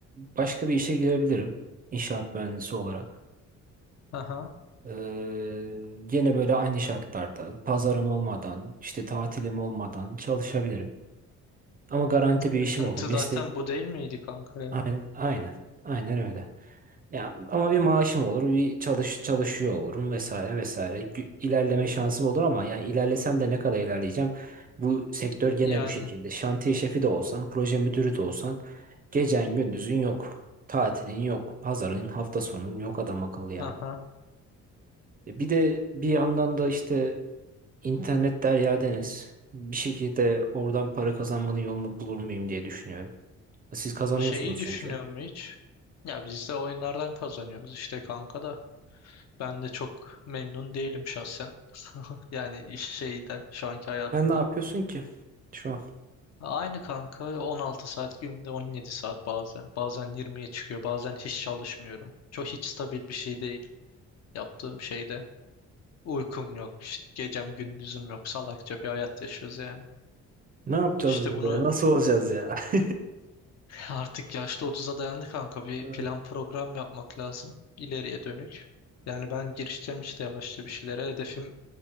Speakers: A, on the right; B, on the left.
A: başka bir işe girebilirim. İnşaat mühendisi olarak.
B: Aha.
A: Ee, gene böyle aynı şartlarda pazarım olmadan işte tatilim olmadan çalışabilirim. Ama garanti bir işim
B: Sıkıntı
A: olur. Mesleği
B: zaten bu değil miydi kanka ya?
A: aynen, aynen, aynen öyle. Ya ama bir maaşım olur, bir çalış çalışıyor olurum vesaire vesaire. Gü- İlerleme şansım olur ama yani ilerlesem de ne kadar ilerleyeceğim? Bu sektör gene
B: Yani
A: bu şekilde. Şantiye şefi de olsan, proje müdürü de olsan gecen gündüzün yok. Tatilin yok, pazarın, hafta sonun yok adam akıllı yani.
B: aha.
A: E Bir de bir yandan da işte internet derya deniz. Bir şekilde oradan para kazanmanın yolunu bulur muyum diye düşünüyorum. Siz kazanıyorsunuz
B: Şeyi düşünüyor
A: çünkü.
B: mu hiç? Ya biz de oyunlardan kazanıyoruz işte kanka da. Ben de çok memnun değilim şahsen. Yani iş şeyden, şu anki hayatımdan.
A: Ben ne yapıyorsun ki şu an?
B: Aynı kanka 16 saat günde 17 saat bazen. Bazen 20'ye çıkıyor. Bazen hiç çalışmıyorum. Çok hiç stabil bir şey değil yaptığım şeyde. Uykum yok, işte gecem gündüzüm yok. Salakça bir hayat yaşıyoruz yani.
A: Ne yapacağız
B: İşte
A: biz
B: bunu
A: böyle? Nasıl olacağız ya? <laughs>
B: artık yaşlı 30'a dayandı kanka. Bir
A: Evet.
B: plan program yapmak lazım ileriye dönük. Yani ben girişeceğim işte yavaşça bir şeylere. Hedefim